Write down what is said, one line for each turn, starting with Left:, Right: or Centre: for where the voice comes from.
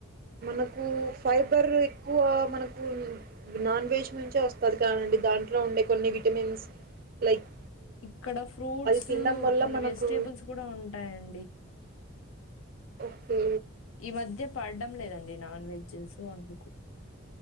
Right: మనకు ఫైబర్ ఎక్కువ మనకు నాన్ వెజ్ నుంచే వస్తది కానిండి దాంట్లో ఉండే కొన్ని విటమిన్స్ లైక్
Left: ఇక్కడ ఫ్రూట్స్
Right: అది తినడం వల్ల
Left: కొన్ని
Right: మనకు
Left: వెజిటేబుల్స్ కూడా ఉంటాయండి
Right: ఓకే
Left: ఈ మధ్య పడడం లేదండి నాన్ వెజ్ చేసేయ్ అందుకు